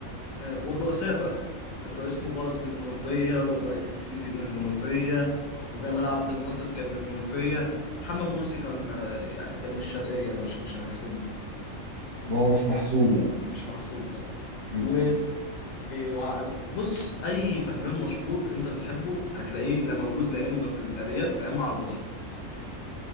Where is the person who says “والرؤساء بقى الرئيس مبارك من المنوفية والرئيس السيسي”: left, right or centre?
Left